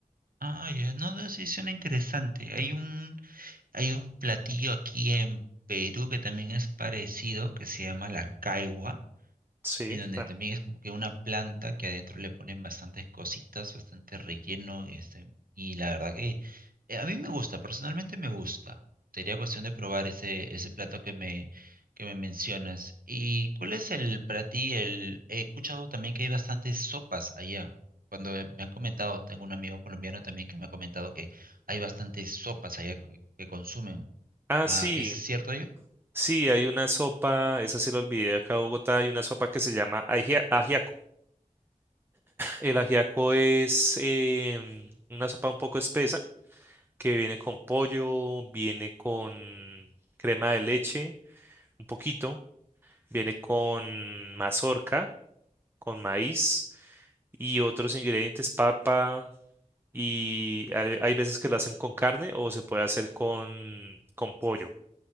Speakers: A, on the right; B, on the right.
A: Ah, ya, no, no, sí, suena interesante. Hay un, hay un platillo aquí en Perú que también es parecido, que se llama la caigua
B: Sí.
A: en donde
B: tam-
A: también es como que una planta que adentro le ponen bastantes cositas, bastante relleno, este, y la verdad que eh, a mí me gusta, personalmente me gusta. Sería cuestión de probar ese, ese plato que me, que me mencionas. ¿Y cuál es el para ti? El, he escuchado también que hay bastantes sopas allá. Cuando eh, me han comentado, tengo un amigo colombiano también que me ha comentado que hay bastantes sopas allá que, que consumen.
B: Ah,
A: Ah,
B: sí.
A: ¿es cierto ello?
B: Sí, hay una sopa, esa sí la olvidé acá en Bogotá, hay una sopa que se llama ajia- ajiaco. El ajiaco es em, una sopa un poco espesa que viene con pollo, viene con crema de leche, un poquito, viene con mazorca, con maíz y otros ingredientes, papa, y hay hay veces que lo hacen con carne o se puede hacer con, con pollo.